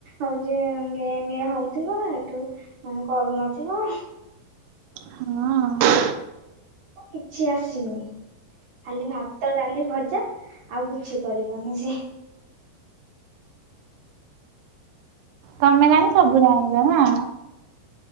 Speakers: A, on the right; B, on the right.
A: ହୋଉଚି ଗେଁ ଗେଁ ହୋଉଥୁବ ହେଟୁ ଉଁ କରୁନଥିବ।
B: ହଁଅଁ।
A: କିଛି ଆସିନି। ଖାଲି ଭାତ ଡାଲି ଭଜା ଆଉ କିଛି କରିବନି ସିଏ।
B: ତମେ ଜାଣି ସବୁ ଜାଣିଚ ନା।